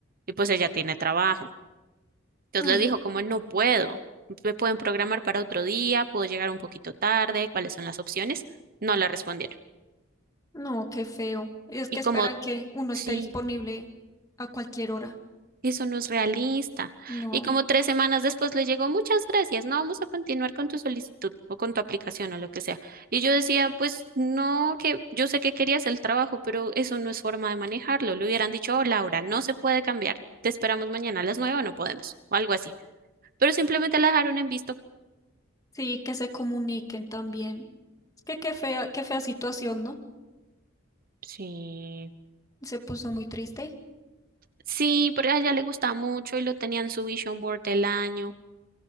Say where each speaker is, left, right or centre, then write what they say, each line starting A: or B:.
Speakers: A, on the right; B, on the left.
A: Y pues ella tiene trabajo. Entonces
B: Mm,
A: le dijo, como no puedo, me pueden programar para otro día, puedo llegar un poquito tarde, ¿cuáles son las opciones? No le respondieron.
B: no, qué feo. Es que
A: Y
B: esperan
A: como,
B: que uno
A: sí,
B: esté disponible a cualquier hora.
A: Eso no es realista.
B: No.
A: Y como tres semanas después le llegó, muchas gracias, no vamos a continuar con tu solicitud o con tu aplicación o lo que sea. Y yo decía, pues no, que yo sé que querías el trabajo, pero eso no es forma de manejarlo. Le hubieran dicho, oh, Laura, no se puede cambiar, te esperamos mañana a las nueve o no podemos, o algo así. Pero simplemente la dejaron en visto.
B: Sí, que se comuniquen también. Es que qué fea, qué fea situación, ¿no?
A: Sí.
B: Se puso muy triste.
A: Sí, pero a ella le gustaba mucho y lo tenían en su vision board del año.